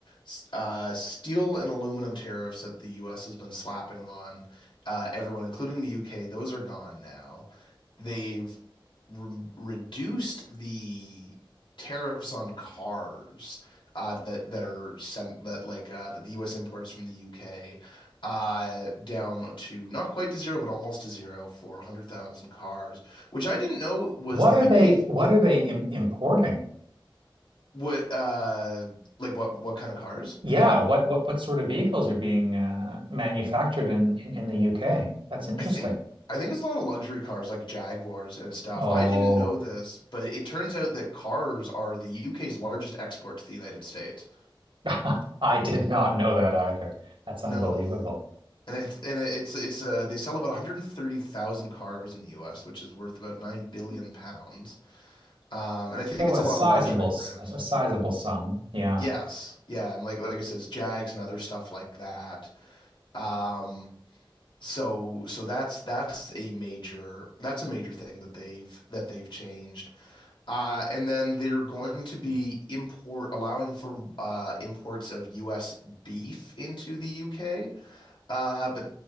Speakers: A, on the left (about 65°); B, on the right (about 70°).
A: s- uh, steel and aluminum tariffs that the U.S. has been slapping on uh, everyone, including the U.K., those are gone now. They've re reduced the tariffs on cars uh, that that are sent that like uh, that the U.S. imports from the U.K. uh down to not quite to zero but almost to zero for 100,000 cars which I didn't know was
B: What
A: the
B: are
A: UK's
B: they what are they im importing?
A: what uh like what what kind of cars?
B: Yeah, what what what sort of vehicles are being uh, manufactured in, in in the UK? That's interesting.
A: I think I think it's a lot of luxury cars like Jaguars and stuff.
B: Oh,
A: I didn't know this, but it turns out that cars are the UK's largest export to the United States.
B: <laughs> I did not know that either. That's
A: No.
B: unbelievable.
A: And it, and it's it's uh, they sell about 130,000 cars in the US, which is worth about 9 billion pounds. Um, and I think
B: Well,
A: it's
B: a
A: a lot
B: sizable,
A: of luxury
B: s-
A: brands.
B: a sizable sum. Yeah.
A: Yes. Yeah, and like like I said, it's Jags and other stuff like that. Um So so that's that's a major that's a major thing that they've that they've changed. Uh, and then they're going to be import allowing for uh, imports of US beef into the UK. Uh, but